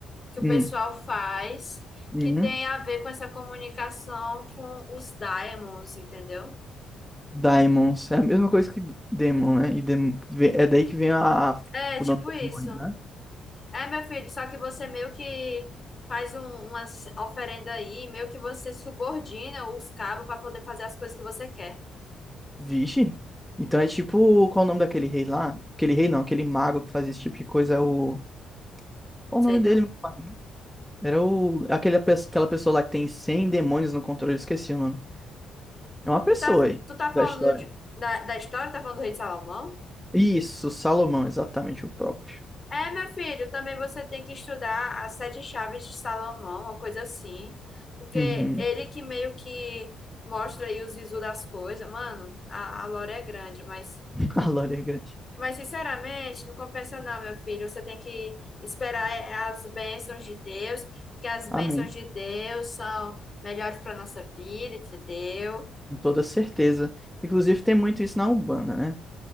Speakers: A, on the left (about 35°); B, in the centre.
A: que o
B: Hum.
A: pessoal faz
B: Uhum.
A: que tem a ver com essa comunicação com os daimons, entendeu?
B: Daimons. É a mesma coisa que Demon, né? E dem- ve- É daí que vem a... a-
A: É,
B: o
A: tipo
B: nome do
A: isso.
B: demônio, né?
A: É, meu filho, só que você meio que faz um, umas oferenda aí, meio que você subordina os cabos para poder fazer as coisas que você quer.
B: Vixe. Então é tipo. Qual o nome daquele rei lá? Aquele rei não, aquele mago que fazia esse tipo de coisa é o. Qual
A: Sei
B: o nome dele,
A: não.
B: meu pai? Era o. Aquele, pe- aquela pessoa lá que tem 100 demônios no controle, eu esqueci o nome. É uma pessoa
A: Tu tá,
B: aí,
A: tu tá
B: da
A: falando
B: história.
A: de- da, da história, tá falando do rei de Salomão?
B: Isso, Salomão, exatamente o próprio.
A: É, meu filho, também você tem que estudar as sete chaves de Salomão, uma coisa assim, porque
B: Uhum.
A: ele que meio que mostra aí os visos das coisas. Mano, a, a lore é grande, mas
B: <laughs> A glória é grande.
A: Mas, sinceramente, não compensa não, meu filho. Você tem que esperar é, as bênçãos de Deus, porque as
B: Amém.
A: bênçãos de Deus são melhores para nossa vida, entendeu?
B: Com toda certeza. Inclusive tem muito isso na Umbanda, né?